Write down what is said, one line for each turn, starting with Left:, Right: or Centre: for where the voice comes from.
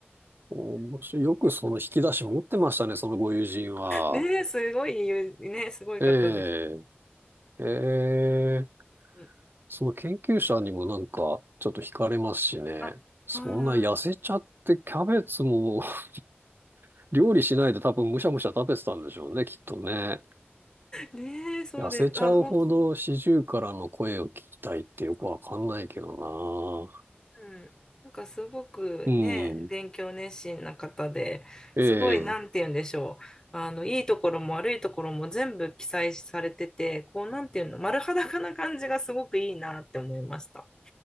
Right: 面白い。よくその引き出し持ってましたね、そのご友人は。
Left: ねすごいね、すごい方です。
Right: ええ、ええ。
Left: うん
Right: その研究者にもなんか、ちょっと惹かれますしね。
Left: あ、
Right: そんな痩せちゃって、
Left: は
Right: キャベツも <laughs> 料理しないで多分むしゃむしゃ食べてたんでしょうね、きっとね。
Left: い。ねえ、そうです。
Right: 痩せちゃうほど四十からの声を聞きたいってよくわかんないけど
Left: あ、本当です。うん。なんかすごくね、
Right: な。うん。
Left: 勉強熱心な方で、
Right: ええ。
Left: すごい、なんて言うんでしょう。あの、いいところも悪いところも全部記載されてて、こう、なんていうの、丸裸な感じがすごくいいなって思いました。